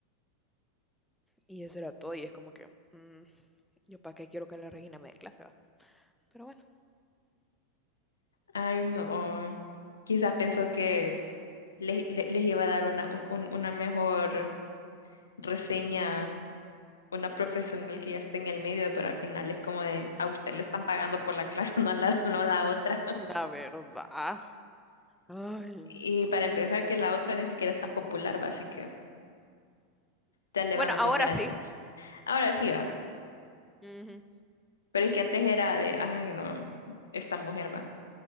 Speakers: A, in the centre; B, on the left (about 80°).
A: Y eso era todo. Y es como que, mm, yo para qué quiero que la Regina me dé clase, va? Pero bueno,
B: Ay, no. Quizás pensó
A: o sea,
B: que les, le- les iba a dar una, un- un- una mejor reseña, una profesional que ya está en el medio, pero al final es como de, a usted le están pagando por la clase, <laughs> no a la, no a la otra.
A: la verdad. Ay,
B: Y
A: no.
B: para empezar, que la otra ni siquiera es tan popular, va, así que ya le
A: Bueno,
B: van a poner
A: ahora
B: atención.
A: sí.
B: Ahora sí va,
A: Ujú.
B: pero es que antes era de, ay, no, esta mujer va.